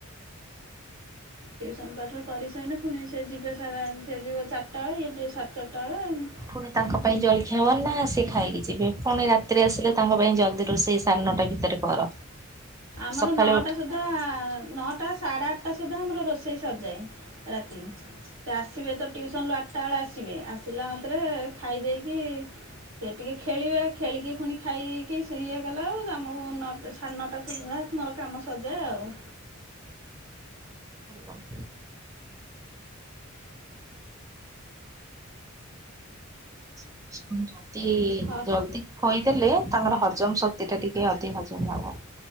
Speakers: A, on the right; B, on the right.
A: ଟିଉସନ୍ ପାଠ କରିସାରିନେ ଫୁଣି ସିଏ ଯିବେ ସାରା ଯିବ ଚାରିଟା ବେଳେ ଇଏ ଯିବ ସାଢ଼େ ଚାରିଟା ବେଳେ।
B: ପୁଣି ତାଙ୍କ ପାଇଁ ଜଳଖିଆବନା ସେ ଖାଇକି ଯିବେ ପୁଣି ରାତିରେ ଆସିଲେ ତାଙ୍କ ପାଇଁ ଜଲ୍ଦି ରୋଷେଇ। ସାଢ଼େ ନଅଟା ଭିତରେ କର।
A: ଆମର
B: ସକାଳୁ
A: ନଅଟା ସୁଧା- ସୁଧା ନଅଟା ସାଢ଼େ ଆଠଟା ସୁଦ୍ଧା ଆମର ରୋଷେଇ ସରିଯାଏ ରାତି- ସେ ଆସିବେ ତ ଟଉସନରୁୁ ଆଠଟା ବେଳେ ଆସିବେ ଆସିଲା ମାତ୍ରେ ଖାଇ ଦେଇକି। ସେ ଟିକେ ଖେଳିବେ ଖେଳିକି ପୁଣି ଖାଇକି ଇଏ କଲା ଆଉ ଆମକୁ ନଅ ସାଢ଼େ ନଅଟା ସୁଧା ମୋର କାମ ସଜା ଆଉ-
B: ଉଠି <inaudible> ତିନି
A: ହଁ ହୁଁ
B: ଜଲ୍ଦି ଖୋଇଦେଲେ ତାଙ୍କର ହଜମ ଶକ୍ତି ଟା ଟିକେ ଅଧିକ ହଜମ ହବ।